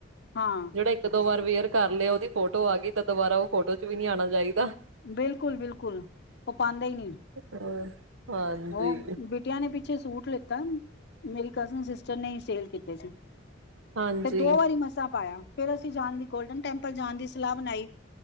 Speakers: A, on the left; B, on the right.
A: ਹਾਂ
B: ਜਿਹੜਾ ਇੱਕ -ਦੋ ਵਾਰ ਵੇਅਰ ਕਰ ਲਏ ਉਹਦੀ ਫੋਟੋ ਆ ਗਈ ਤਾਂ ਦੁਬਾਰਾ ਉਹ ਫੋਟੋ ਚ ਵੀ ਨੀ ਆਣਾ ਚਾਹੀਦਾ।
A: ਬਿਲਕੁਲ ਬਿਲਕੁਲ ਉਹ ਪਾਦੇ ਹੀ ਨਹੀਂ
B: ਹਾਂਜੀ,
A: ਉਹ ਬਿਟਿਆਂ ਨੇ ਪਿੱਛੇ ਸੂਟ ਲਿੱਤਾ ਮੇਰੀ ਕਜ਼ਨ ਸਿਸਟਰ ਨੇ ਹੀ ਸੇਲ ਕੀਤੇ ਸੀ
B: ਹਾਂਜੀ
A: ਤੇ ਦੋ ਵਾਰੀ ਮਸਾਂ ਪਾਇਆ। ਫਿਰ ਅਸੀਂ ਜਾਣ ਦੀ ਗੋਲਡਨ ਟੈਂਪਲ ਜਾਣ ਦੀ ਸਲਾਹ ਬਣਾਈ।